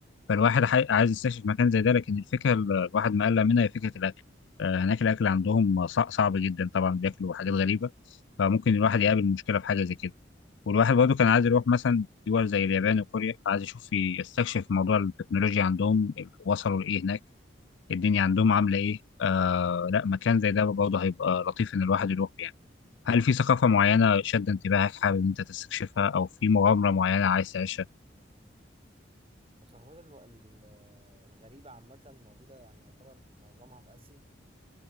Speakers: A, on the left; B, on the right.
A: فالواحد حي- عايز يستكشف مكان زي ده لكن الفكره ال- الواحد مقلق منها هي فكره الاكل آه، هناك الاكل
B: مم.
A: عندهم صع- صعب جدا طبعا بياكلوا حاجات غريبه فممكن الواحد يقابل مشكله في حاجه زي كده والواحد برضه كان عايز يروح مثلا دول زي اليابان وكوريا عايز يشوف يستكشف موضوع التكنولوجيا عندهم ال- وصلوا لايه هناك الدنيا عندهم عامله ايه آه لا مكان زي ده برضه هيبقى لطيف ان الواحد يروح يعني هل في ثقافه معينه شد انتباهك حابب ان انت تستكشفها او في مغامره معينه عايز تعيشها
B: وصحبات الو- ال- الغريبة عامة موجودة يعني يعتبر معظمها في آسيا